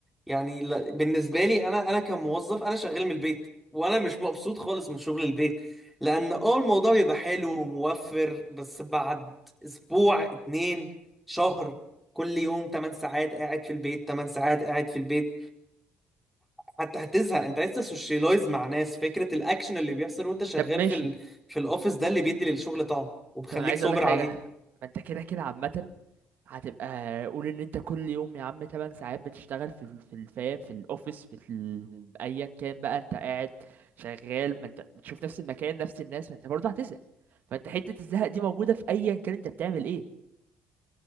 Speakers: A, in the centre; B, on the right (about 55°).
A: يعني ل- بالنسبه لي انا انا كموظف انا شغال من البيت وانا مش مبسوط خالص من شغل البيت لان اه الموضوع بيبقى حلو وموفر بس بعد اسبوع اتنين شهر كل يوم 8 ساعات قاعد في البيت 8 ساعات قاعد في البيت حتى هتزهق انت عايز تسوشيلايز مع ناس فكره الاكشن اللي بيحصل وانت شغال
B: طب ماشي
A: في ال... في الاوفيس ده اللي بيدي للشغل طعم وبخليك
B: طب انا عايز
A: صابر
B: اقول لك حاجه
A: عليه
B: ما انت كده كده عامه هتبقى قول ان انت كل يوم يا عم 8 ساعات بتشتغل في ال- في الفام في الاوفيس في ال... ايا كان بقى انت قاعد شغال ما انت بتشوف نفس المكان نفس الناس ما انت برضه هتزهق فانت حتة الزهق دي موجودة في ايا كان انت بتعمل ايه